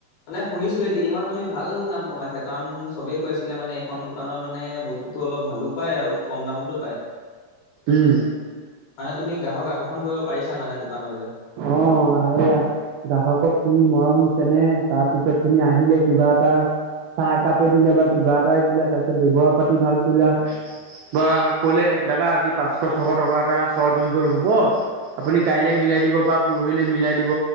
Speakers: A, on the left (about 70°); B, on the right (about 85°).
A: মানে শুনিছিলো এই তিনিমাহত তুমি ভাল নাম কমাইছা। কাৰণ চবেই কৈ আছিলে মানে এইখন দোকানত মানে বস্তুতটো অলপ ভালো। পায় আৰু কম দামটো পায়।
B: উম।
A: মানে তুমি গ্ৰাহক আকৰ্ষণ কৰিব পাৰিছা মানে। দোকানলৈ।
B: অ এইয়া গ্ৰাহকক তুমি মৰম তেনে তাৰ পিছত তুমি আহিলে কিবা এটা চাহ একাপে দিলে বা কিবা এটাই দিলা তাৰ পিছত ব্যৱহাৰ পাতি ভাল কৰিলা বা কলে দাদা আজি পাঁচশ ছশ টকা এটা শ্বৰ্ট হৈ গল হ'ব। আপুনি কাইলে মিলাই দিব বা পৰহিলে মিলাই দিব